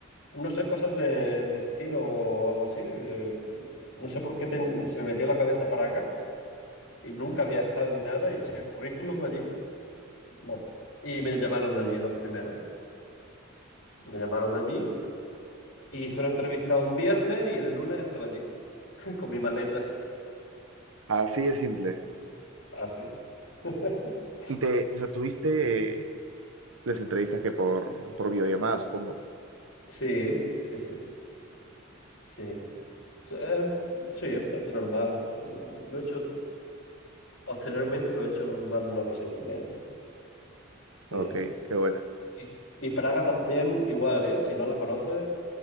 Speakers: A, on the left (about 65°); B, on the right (about 75°).
A: no sé, cosas del destino o algo así. eh, no sé por qué ten- se me metió en la cabeza para acá y nunca había estado ni nada y eché el currículum allí. Bueno, y me llamaron de allí los primeros. Me llamaron de allí Y hice una entrevista un viernes y el lunes estaba allí, <laughs> con mi maleta.
B: Así de simple.
A: Así. <laughs>
B: Y te, o sea, tuviste eh, las entrevistas que por, por videollamada, supongo.
A: Sí, sí, sí, sí. Sí, So, eh, sí, es bastante normal. Lo he hecho, posteriormente lo he hecho en más de una ocasión también. ¿eh? Sí.
B: Ok, qué buena.
A: Y, y Praga también, igual, ¿eh? Si no la conoces,